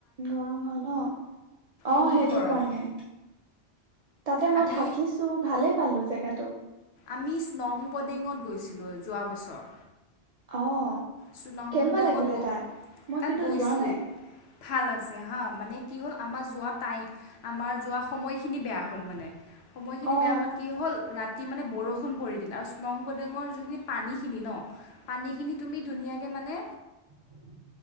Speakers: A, on the right; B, on the left.
A: গৰম হয় ন অ
B: বহুত
A: সেইটো
B: গৰম
A: কাৰণে তাতে মই
B: আমি
A: থাকিছো ভালে পালো জেগ গাটো
B: আমি স্নংপডেঙত গৈছিলোঁ যোৱা বছৰ।
A: অ'
B: চুনাংপুদাঙত
A: কেনেকুৱা লাগিলে
B: গৈ
A: তাত? মই
B: তাত
A: কিন্তু
B: গৈছো
A: যোৱা নাই।
B: ভাল আছে হা মানে কি হ'ল আমাৰ যোৱা টাই আমাৰ যোৱা সময়খিনি বেয়া হ'ল মানে। সময়খিনি
A: অ'
B: বেয়া হোৱাত কি হ'ল ৰা ৰাতি মানে বৰষুণ পৰি দিলে আৰু নংপদেঙৰ যোনখিনি পানীখিনি ন পানীখিনি ধুনীয়াকৈ মানে
A: উম